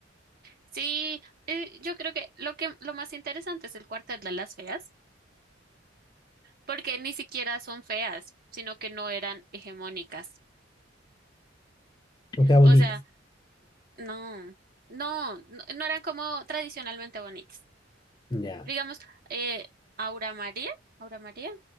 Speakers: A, on the right; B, on the left.
A: Sí, eh, yo creo que lo que lo más interesante es el cuartel de las feas, porque ni siquiera son feas, sino que no eran hegemónicas.
B: O sea,
A: O
B: bonitas.
A: sea, no, no, no, no eran como tradicionalmente bonitas.
B: Ya,
A: Digamos, eh, Aura María, Aura María,